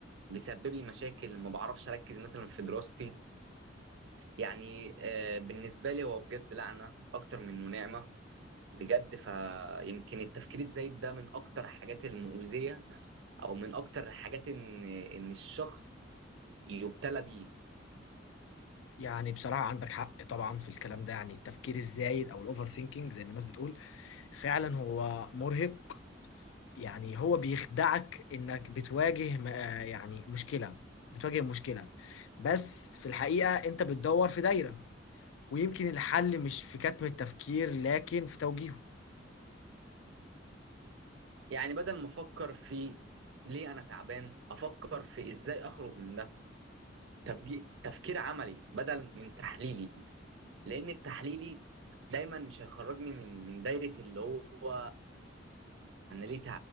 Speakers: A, on the right (about 70°); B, on the left (about 75°).
A: بيسبب لي مشاكل ما بعرفش أركز مثلا في دراستي يعني آه، بالنسبة لي هو بجد لعنة أكتر منه نعمة بجد فيمكن التفكير الزايد ده من أكتر الحاجات المؤذية أو من أكتر الحاجات إن إن الشخص يبتلى بيه
B: يعني بصراحة عندك حق طبعا في الكلام ده يعني التفكير الزايد أو الأوفر ثينكينج زي ما الناس بتقول فعلا هو مرهق يعني هو بيخدعك إنك بتواجه م- آه يعني مشكلة بتواجه مشكلة بس في الحقيقة أنت بتدور في دايرة ويمكن الحل مش في كتم التفكير لكن في توجيهه
A: يعني بدل ما أفكر في ليه أنا تعبان أفكر في إزاي أخرج من ده تفجي- تفكير عملي بدل من تحليلي لان التحليلي دايما مش هيخرجني من من دايره اللي هو انا ليه